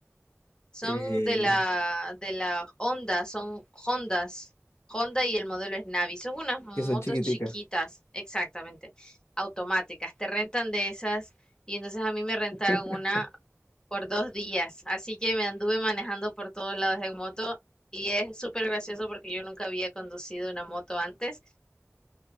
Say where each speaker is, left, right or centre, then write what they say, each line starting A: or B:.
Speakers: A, on the left; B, on the left.
A: Son
B: eh,
A: de la, de la Honda, son Hondas. Honda y el modelo es Navi. Son unas motos
B: que son chiquiticas.
A: chiquitas, exactamente, automáticas. Te rentan de esas y entonces a mí me rentaron
B: <laughs>
A: una por dos días. Así que me anduve manejando por todos lados en moto y es súper gracioso porque yo nunca había conducido una moto antes.